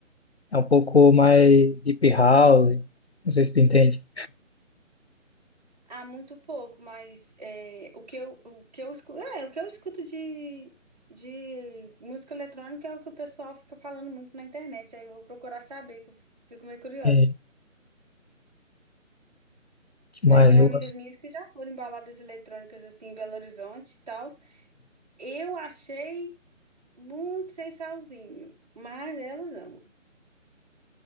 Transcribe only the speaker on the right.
Ah, muito pouco, mas é, o que eu, o que eu escuto, é, o que eu escuto de, de música eletrônica é o que o pessoal fica falando muito na internet. Aí eu vou procurar saber, que eu fico meio curiosa.
Mas
tem
amigas
minhas que já foram em baladas eletrônicas assim em Belo Horizonte e tal. Eu achei muito sem salzinho, mas elas amam.